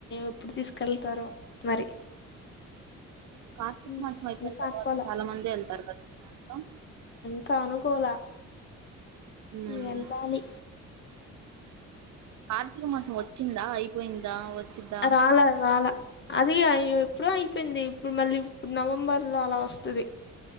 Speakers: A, on the left (about 40°); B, on the right (about 70°).
A: ఎప్పుడు తీసుకెళ్తారో మరి
B: కార్తీక
A: ఉమ్,
B: మాసం అయిపోయిన
A: ఇంకా
B: తర్వాత
A: అనుకోలా
B: చాలా మంది వెళ్తారు కద దాంట్లో
A: ఇంక అనుకోలా
B: హ్మ్
A: వెళ్ళాలి
B: కార్తీక మాసం వచ్చిందా అయిపోయిందా వచ్చిద్దా
A: రళా రలా అది ఎప్పుడో అయిపోయింది ఇప్పుడు మళ్ళీ ఇప్పుడు నవంబర్ లో అలా వస్తది